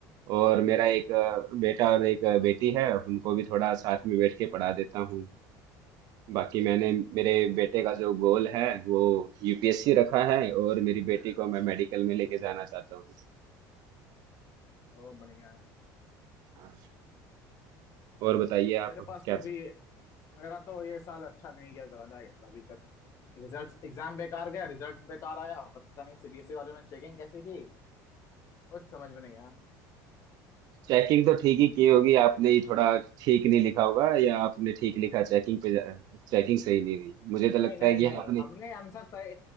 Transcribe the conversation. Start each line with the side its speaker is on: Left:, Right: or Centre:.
Right: और मेरा एक अ, बेटा और एक अ, बेटी है उनको भी थोड़ा साथ में बैठ के पढ़ा देता हूँ बाकी मैंने मेरे बेटे का जो गोल है वो यूपीएससी रखा है और मेरी बेटी को मैं मेडिकल में लेके जाना चाहता हूँ
Left: ओ बढ़िया है
Right: हाँ। और बताइए आप
Left: मेरे पास
Right: क्या
Left: तो अभी मेरा तो ये साल अच्छा नहीं गया ज्यादा यार अभी तक रिजल्ट्स एग्जाम बेकार गया रिजल्ट्स बेकार आया पता नहीं सीबीएसई वालों ने चेकिंग कैसे की कुछ समझ में नहीं आया
Right: चेकिंग तो ठीक ही की होगी आपने ही थोड़ा ठीक नहीं लिखा होगा या आपने ठीक लिखा चेकिंग पे चेकिंग सही नहीं हुई मुझे तो
Left: नहीं
Right: लगता
Left: नहीं
Right: है कि
Left: नहीं
Right: आपने
Left: हमने आंसर सही